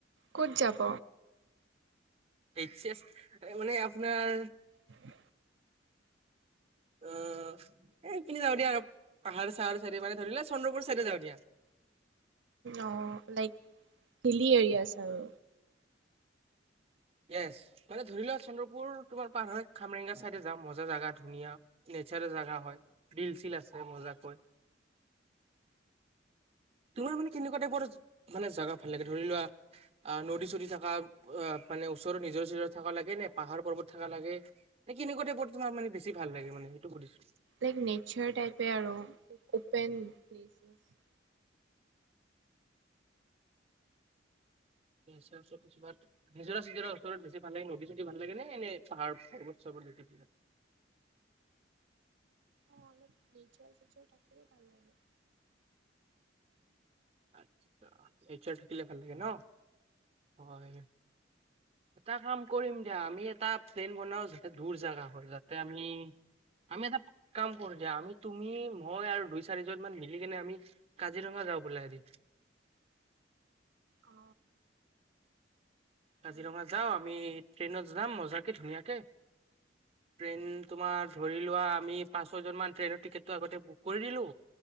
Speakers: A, on the right; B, on the right.
A: ক'ত যাব
B: এইচ এছ, মানে আপোনাৰ
A: উম
B: অ'- এই পিনে যাওঁ দিয়া আৰু। পাহাৰে-চাহাৰে চাইডে মানে, ধৰিলে চন্দ্ৰপুৰ চাইডে যাওঁ দিয়া।
A: অ'। লাইক হিলী এৰিয়াছ আৰু।
B: য়েছ। মানে ধৰি লোৱা চন্দ্ৰ পূৰ তোমাৰ পাৰ হৈ খামৰেঙগা চাইডে যাম। মজা জাগা। ধুনীয়া, নেচাৰেল জাগা হয়। বিল-চিল আছে মজাকৈ। তোমাৰ মানে কেনে কুৱা টাইপৰ মানে জাগা ভাল লাগে? ধৰি লোৱা, অ' নদী-চদি থকা, অ' মানে ওচৰত নিজৰা-চিজৰা থকা লাগে নে পাহাৰ-পৰ্বত থকা লাগে? নে কেনেকুৱা টাইপত তোমাৰ মানে বেছি ভাল লাগে মানে? সেইটো সুধিছোঁ।
A: লাইক নেচাৰ টাইপে আৰু। Open places.
B: <inaudible> নিজৰা-চিজৰাৰ ওচৰত বেছি ভাল লাগে, নদী-চদি ভাল লাগে নে এনে পাহাৰ, পৰ্বত-চৰ্বত যদি <inaudible>
A: অ' অলপ নেচাৰ-সেচাৰ থাকিলে ভাল লাগে।
B: আচ্ছা, নেচাৰ থাকিলে ভাল লাগে ন'? হয়। এটা কাম কৰিম দিয়া। আমি এটা প্লেন বনাও যাতে দূৰ জাগা হ'ল। লাদা আমি- আমি এটা কাম কৰোঁ দিয়া। আমি- তুমি, মই আৰু দুই-চাৰিজনমান মিলিকেনে আমি কাজিৰঙা যাওঁ বলা এদিন।
A: অ
B: কাজিৰঙা
A: ভাল
B: যাওঁ। আমি ট্ৰেইনত যাম মজাকে ধুনীয়াকে। ট্ৰেইন তোমাৰ ধৰি লোৱা, আমি পাঁচ-ছয় জনমান ট্ৰেইনৰ টিকেটটো আগতে বুক কৰি দিলোঁ।